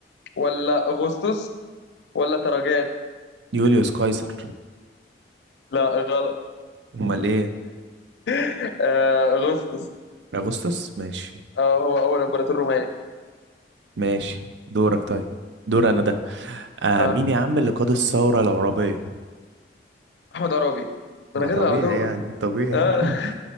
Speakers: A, on the left; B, on the right.
A: ولا أغسطس ولا تراجان
B: يوليوس قيصر
A: لا غلط
B: امال ايه
A: <laughs> آه، أغسطس
B: اغسطس ماشي
A: اه هو أول إمبراطور روماني
B: ماشي دورك طيب دور انا ده آه
A: اه
B: مين يا عم اللي قاد الثورة العربية
A: أحمد عرابي
B: ما
A: من غير
B: طبيعي
A: على طول
B: يعني طبيعي
A: اه
B: <laughs>